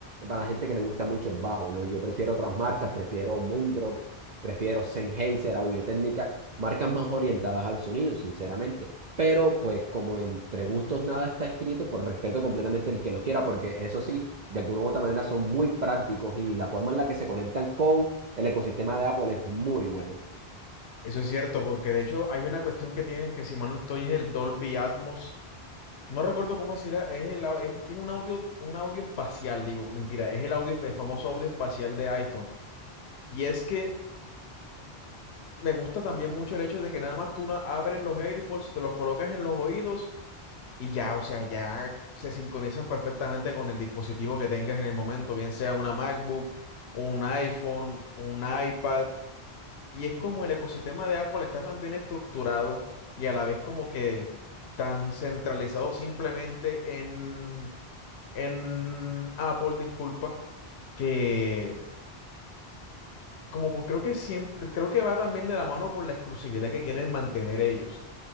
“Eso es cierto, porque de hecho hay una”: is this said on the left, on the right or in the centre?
Left